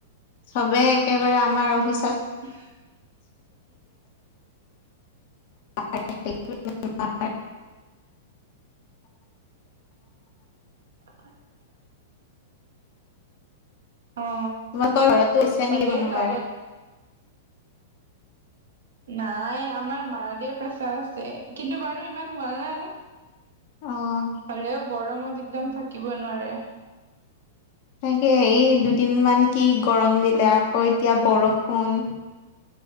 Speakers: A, on the left; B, on the right.
A: সবেই একেবাৰে আমাৰ অফিচত
B: উ <inaudible>
A: <unintelligible> <unintelligible>
B: <inaudible> অ
A: তোমালোকৰ ঘৰতো হৈছে
B: হলে
A: নেকি কোনোবাৰ
B: যাব নাই আমাৰ মাৰে প্ৰেচাৰ আছে, কিন্তু বাৰু ইমান হোৱা নাই।
A: অঁ।
B: হলেও গৰমত একদম থাকিব নোৱাৰে।
A: তনেকে এই দুদিন মান কি গৰম দিলে আকৌ এতিয়া বৰষুণ।